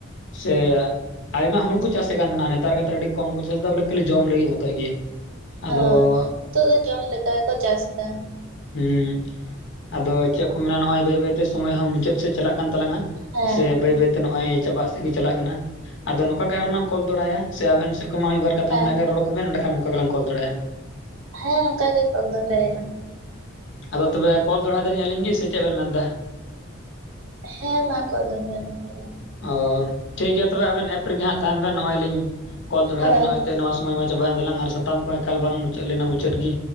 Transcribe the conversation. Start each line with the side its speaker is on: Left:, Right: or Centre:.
Left: ᱥᱮ ᱟᱭᱢᱟ ᱦᱚᱲ ᱠᱚ ᱪᱟᱥᱮᱜ ᱠᱟᱱ ᱛᱟᱦᱮᱱᱟ ᱱᱮᱛᱟᱨ ᱠᱟᱛᱮᱫ ᱟᱹᱰᱤ ᱠᱚᱢ ᱠᱚ ᱪᱟᱥ ᱮᱫᱟ ᱵᱚᱞᱮ ᱠᱷᱟᱹᱞᱤ ᱡᱚᱢ ᱞᱟᱹᱜᱤᱫ ᱢᱚᱛᱚᱡ ᱜᱮ᱾ ᱟᱫᱚ
Right: ᱦᱳᱭ ᱱᱤᱛᱚᱜ ᱫᱚ ᱡᱚᱢ ᱞᱮᱠᱟ ᱜᱮᱠᱚ ᱪᱟᱥ ᱮᱫᱟ,
Left: ᱦᱩᱸ ᱟᱫᱚ ᱪᱮᱜ ᱠᱚ ᱢᱮᱱᱟ ᱱᱚᱜ-ᱚᱭ ᱵᱟᱹᱭ ᱵᱟᱹᱭᱛᱮ ᱥᱚᱢᱚᱭ ᱦᱚᱸ ᱢᱩᱪᱟᱹᱫ ᱥᱮᱫ ᱪᱟᱞᱟᱜ ᱠᱟᱱ ᱛᱟᱞᱟᱝ-ᱟ᱾
Right: ᱦᱮᱸ
Left: ᱥᱮ ᱵᱟᱹᱭ ᱵᱟᱹᱭᱛᱮ ᱱᱚᱜ-ᱚᱭ ᱪᱟᱵᱟᱜ ᱥᱮᱜ ᱜᱮ ᱪᱟᱞᱟᱜ ᱠᱟᱱᱟ, ᱟᱫᱚ ᱱᱚᱝᱠᱟ ᱜᱮ ᱟᱨᱚ ᱞᱟᱝ ᱠᱚᱞ ᱫᱚᱲᱟᱭᱟ ᱥᱮ ᱟᱵᱮᱱ ᱥᱮᱜ ᱠᱷᱚᱜ ᱢᱟ ᱢᱤᱫᱵᱟᱨ ᱠᱟᱛᱷᱟ
Right: ᱦᱮᱸ
Left: ᱢᱮᱱᱟᱜ ᱠᱷᱟᱜ ᱨᱚᱲ ᱠᱚᱵᱮᱱ ᱮᱸᱰᱮᱠᱷᱟᱱ ᱱᱚᱝᱠᱟ ᱜᱮᱞᱟᱝ ᱠᱚᱞ ᱫᱚᱲᱟᱭᱟ,
Right: ᱦᱮᱸ ᱱᱚᱝᱠᱟ ᱜᱮ ᱠᱚᱞ ᱫᱚᱦᱲᱟᱭᱟᱞᱟᱝ᱾
Left: ᱟᱫᱚ ᱛᱚᱵᱮ ᱠᱚᱞ ᱫᱚᱦᱲᱟᱭ ᱫᱟᱹᱞᱤᱧ ᱟᱹᱞᱤᱧ ᱜᱮ ᱥᱮ ᱪᱮᱜ ᱵᱮᱱ ᱢᱮᱱᱫᱟ?
Right: ᱦᱮᱸ ᱢᱟ ᱠᱚᱞ ᱫᱚᱦᱲᱟᱭ ᱵᱮᱱ ᱛᱟᱦ,
Left: ᱚᱸ, ᱴᱷᱤᱠ ᱜᱮᱭᱟ ᱛᱚᱵᱮ ᱟᱵᱮᱱ ᱮᱯ ᱨᱮᱜᱮ ᱦᱟᱸᱜ ᱛᱟᱦᱮᱱ ᱵᱮᱱ ᱱᱚᱜ-ᱚᱭ ᱞᱤᱧ ᱠᱚᱞ ᱫᱚᱲᱦᱟᱭ
Right: ᱦᱳᱭ
Left: ᱫᱟ ᱱᱚᱜ-ᱚᱭ ᱛᱮ ᱱᱚᱣᱟ ᱥᱚᱢᱚᱭ ᱢᱟ ᱪᱟᱵᱟᱭᱮᱱ ᱛᱟᱞᱟᱝ ᱟᱨ ᱥᱟᱛᱟᱢ ᱠᱚᱢᱟ ᱮᱠᱟᱞ ᱵᱟᱝ ᱢᱩᱪᱟᱹᱫ ᱞᱮᱱᱟ ᱢᱩᱪᱟᱹᱫ ᱜᱮ,